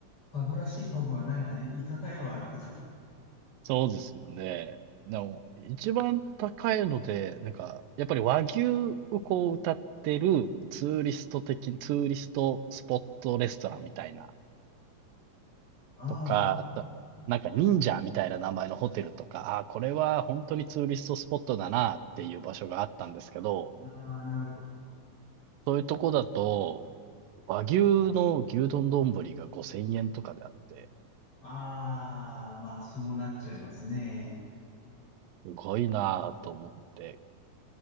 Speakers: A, on the left; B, on the right.
A: パブらしいパブはないな。居酒屋はあるけど。<laughs>
B: そうですよね。でも、一番高いので、なんか、やっぱり和牛をこう歌ってるツーリスト的、ツーリストスポットレストランみたいな、
A: ああ、
B: とか、あと、なんか忍者みたいな名前のホテルとか、あーこれは本当にツーリストスポットだなっていう場所があったんですけど、
A: ああ、なるほど。
B: そういうとこだと、和牛の牛丼丼が5000円とかであって、
A: ああ、まあ、そうなっちゃいますね。
B: すごいなぁと思って